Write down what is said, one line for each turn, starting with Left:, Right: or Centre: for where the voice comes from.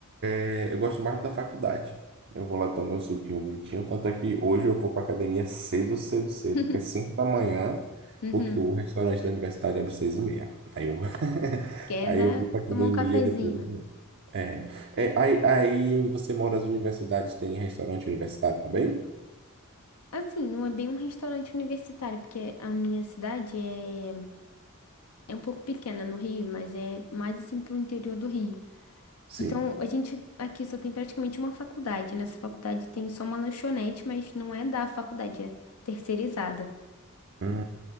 Right: é, Eu gosto mais da faculdade. Eu vou lá tomar meu suquinho bonitinho. Tanto é que hoje eu vou para academia cedo, cedo, cedo,
Left: <laughs>
Right: porque é 5 da manhã,
Left: Uhum.
Right: porque o restaurante da universidade abre 6 e meia. Aí eu, vou- <laughs>
Left: Quer
Right: aí
Left: dar,
Right: eu vou para academia
Left: tomar um cafezinho.
Right: depois. eu vou. É, é, aí, aí onde você mora, as universidades têm restaurante universitário também?
Left: Assim, não é bem um restaurante universitário, porque a minha cidade é, é um pouco pequena no Rio, mas é mais assim pro interior do Rio.
Right: Sim.
Left: Então, a gente aqui só tem praticamente uma faculdade. Nessa faculdade tem só uma lanchonete, mas não é da faculdade, é terceirizada.
Right: Hum,